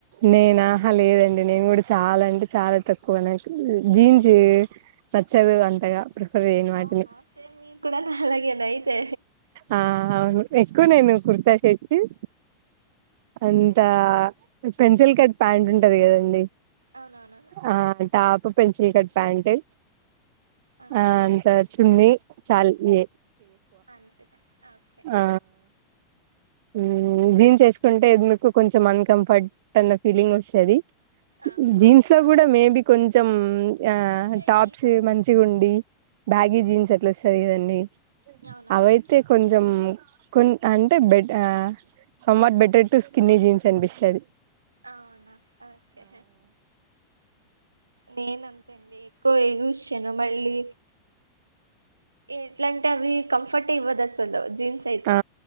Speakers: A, on the right (about 50°); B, on the right (about 80°).
A: నేన ఆహ లేదండి నేను కూడా చాలా అంటే చాలా తక్కువ నాకు జీన్స్ నచ్చదు అంతగా వేయను వాటిని
B: అవునా సేమ్ మీరు కూడా నా అలాగేనా అయితే
A: ఆ అవును నెన్ నేర్చుకోలేను <unintelligible> ఉమ్ అంత పెన్సిల్ కట్ ప్యాంట్ ఉంటది కదండి.
B: అవునవునవును
A: ఆ టాపు పెన్సిల్ కట్ ప్యాంటె
B: ఆ
A: ఆన్సర్స్ చూని చాలే
B: అంతద అవ్
A: ఆ ఉమ్ క్లీన్ చేసుకుంటే మీకు కొంచెం అన్కంఫర్ట్ అన్న ఫీలింగ్ వస్తాది.
B: అవునవును
A: జీన్స్ లో కూడా మేబి కొంచ్ ఉమ్ ఆ
B: ఉంటాయి
A: టాప్స్
B: కొన్ని
A: మంచిగా ఉండి బ్యాగీ
B: ఉమ్,
A: జీన్స్ అట్లా ఆస్థాయి కదండి
B: అవునవును
A: అవయితే కొన్ ఉన్నాయ్ కొన్ అంటే బెట్ ఆ somewhat better than skinny jeans అనిపిస్తాది
B: అవునా ఒకే నిన్ అంతే అండి ఎక్కువ యూస్ చేయను మళ్ళీ ఎట్లాంటే అవి కంఫర్ట్ ఇవ్వదు అసలు జీన్స్ అయితే
A: ఆ